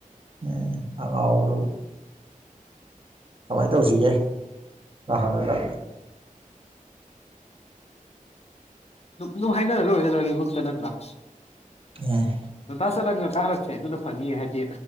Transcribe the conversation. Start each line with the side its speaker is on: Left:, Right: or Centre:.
Right: ꯑꯦ ꯑꯉꯥꯎꯕꯗꯨꯕꯨ ꯀꯃꯥꯏ ꯇꯧꯁꯤꯒꯦ ꯑ ꯍꯪꯉꯒ
Left: ꯑꯗꯨꯝ ꯍꯥꯏꯅꯔ ꯂꯣꯏꯔꯦ ꯀꯩꯗꯧꯔꯒꯦ ꯒ꯭ꯔꯨꯞꯇ ꯅꯠꯇ꯭ꯔꯥ
Right: ꯌꯥꯏꯑꯦ
Left: ꯑꯥ ꯆꯠꯂꯒ ꯉꯟꯇꯥ ꯍꯜꯂꯛꯁꯦ ꯑꯗꯨꯅ ꯐꯅꯤꯌꯦ ꯍꯥꯏꯗꯤ